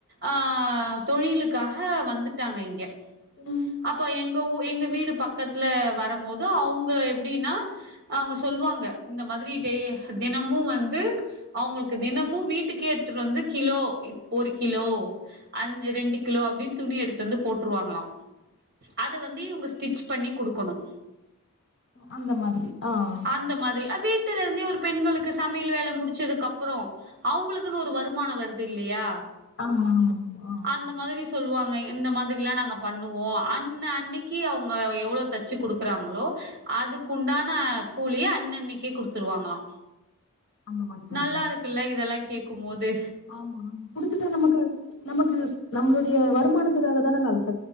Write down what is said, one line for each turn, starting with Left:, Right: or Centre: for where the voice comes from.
Right: ஆஹ் தொழிலுக்காக வந்துட்டாங்க இங்க
Left: ம்.
Right: அப்போ எங்க ஊர் எங்க வீடு பக்கத்துல வர ரபோது அவங்க எப்டின்னா அவங்க சொல்லுவாங்க இந்த மாதிரி டே தினமும் வந்து அவங்களுக்கு தினமும் வீட்டுக்கே எடுத்துட்டு வந்து கிலோ ஒரு கிலோ அஞ்சு ரெண்டு கிலோ அப்டினு துணி எடுத்து வந்து போட்டுருவாங்களாம் அத வந்து இவங்க ஸ்டிச் பண்ணி குடுக்கணும்
Left: அந்த மாதிரி ஆஹ்
Right: அந்த மாதிரி அ வீட்டுல இருந்தே ஒரு பெண்களுக்கு சமையல் வேல முடிச்சதுக்கு அப்புறோம் அவங்களுக்குன்னு ஒரு வருமானம் வருது இல்லையா
Left: ஆமா ஆமா ஆமா ஆ
Right: அந்த மாதிரி சொல்லுவாங்க இந்த மாதிரியெல்லாம் நாங்க பண்ணுவோம் அன்ன அன்னைக்கி அவுங்க எவ்ளோ தச்சு குடுக் ருக்காங்களோ அதுக்குண்டான
Left: ம்.
Right: கூலியே அன்னன்னைக்கே குடுத்துருவாங்களா
Left: அந்த மாரி பண்றாங்க.
Right: நல்லா இருக்குல்ல இதெல்லா கேக்கும்மோது
Left: ஆமா ஆமா குடுத்துட்டா நமக்கு நமக்கு நம்மளுடைய வருமானத் <unintelligible>